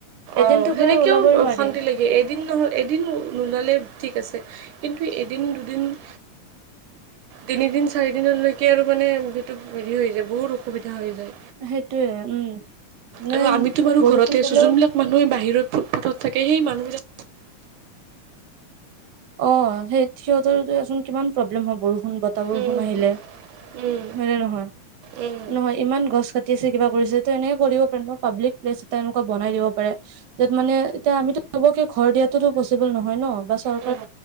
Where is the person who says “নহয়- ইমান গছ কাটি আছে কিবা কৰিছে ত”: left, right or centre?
Right